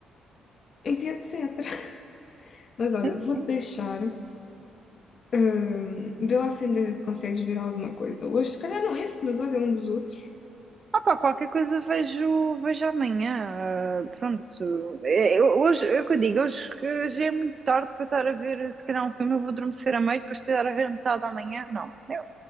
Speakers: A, on the left (about 50°); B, on the right (about 40°).
A: etc, etc. Mas
B: Sim,
A: olha, vou-te
B: sim.
A: deixar Hum, vê lá se ainda consegues ver alguma coisa. Hoje, se calhar não esse, mas olha um dos outros.
B: Ah pá, qualquer coisa vejo, vejo amanhã. ah, pronto. É, eu- hoje, é o que eu digo, hoje que já é muito tarde para estar a ver, se calhar um filme, eu vou adormecer a meio, depois estar a ver a metade da manhã. Não. Eu,